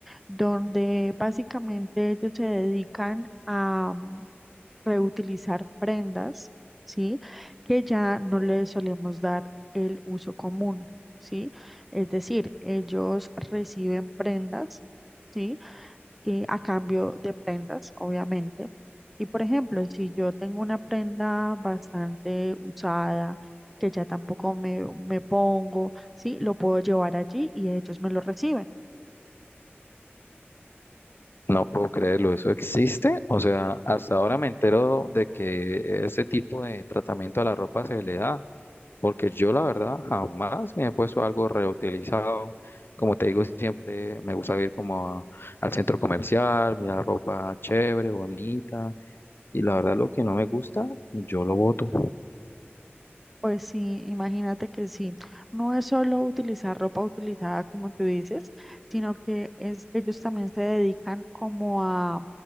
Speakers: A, in the centre; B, on the left.
A: donde básicamente ellos se dedican a mm, reutilizar prendas, ¿sí? Que ya no le solemos dar el uso común, ¿sí? Es decir, ellos reciben prendas, ¿sí? Eh, a cambio de prendas, obviamente. Y por ejemplo, si yo tengo una prenda bastante usada, que ya tampoco me, me pongo, ¿sí? Lo puedo llevar allí y ellos me lo reciben.
B: No puedo creerlo, ¿eso existe? O sea, hasta ahora me entero de que ese tipo de tratamiento a la ropa se le da. Porque yo la verdad jamás me he puesto algo reutilizado. Como te digo, siempre me gusta ir como a- al centro comercial, mirar ropa chévere, bonita. Y la verdad lo que no me gusta, yo lo boto.
A: Pues sí, imagínate que sí. No es solo utilizar ropa utilizada, como tú dices, sino que es, ellos también se dedican como a